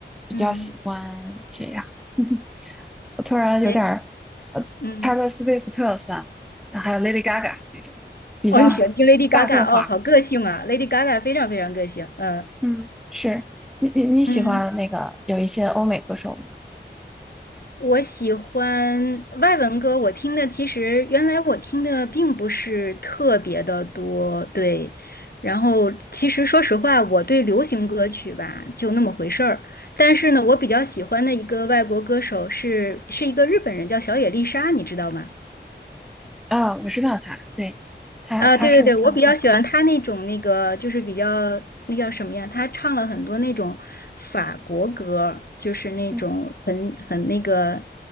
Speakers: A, in the centre; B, on the left.
A: 比较喜欢谁呀？
B: 嗯
A: <laughs> 我突然有点儿，
B: 谁？
A: 呃，Taylor
B: 嗯
A: s w 算，还有 Lady Gaga 这种比较
B: 哦，你喜欢听 Lady Gaga
A: 大众化的。
B: 哦，好个性啊，Lady Gaga 非常非常个性。嗯，
A: 嗯，是你你你喜欢那个有一些欧美歌手吗？
B: 嗯我喜欢外文歌，我听的其实原来我听的并不是特别的多，对。然后其实说实话，我对流行歌曲吧就那么回事儿。但是呢，我比较喜欢的一个外国歌手是是一个日本人，叫小野丽莎，你知道吗？
A: 啊、我知道他，对，他他是唱的很好。
B: 啊，对对对，我比较喜欢他那种那个，就是比较那叫什么呀？他唱了很多那种法国歌儿就是那种很很那个
A: 嗯